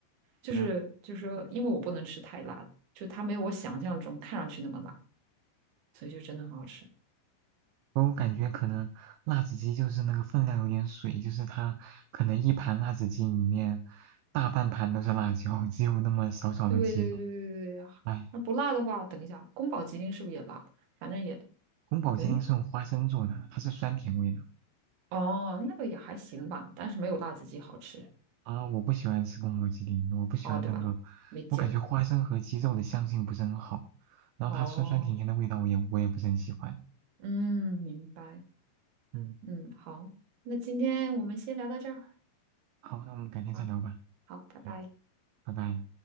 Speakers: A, on the right; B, on the right.
A: 就是就是说，
B: 对啊，
A: 因为我不能吃太辣的，就它没有我想象中看上去那么辣，所以就真的很好吃。
B: 我感觉可能辣子鸡就是那个分量有点水，就是它可能一盘辣子鸡里面大半盘都是辣椒，只有那么少少的鸡肉。
A: 对对对对对呀、
B: 哎，
A: 那不辣的话，等一下，宫保鸡丁是不是也辣的？反正也，
B: 宫保鸡丁是用花生做的，
A: 嗯，
B: 它是酸甜味的。
A: 哦，那个也还行吧，但是没有辣子鸡好吃，
B: 啊，我不喜欢吃宫保鸡丁，我不喜欢那个，
A: 哦，对吧？没劲儿。
B: 我感觉花生和鸡肉的香性不是很好，然后它酸酸甜甜的味道我也我也不是很喜欢。
A: 哦，嗯，明白。
B: 嗯，
A: 嗯，好，那今天我们先聊到这儿。
B: 好，那我们改天再聊吧。
A: 好，好，拜拜。
B: 嗯，拜拜。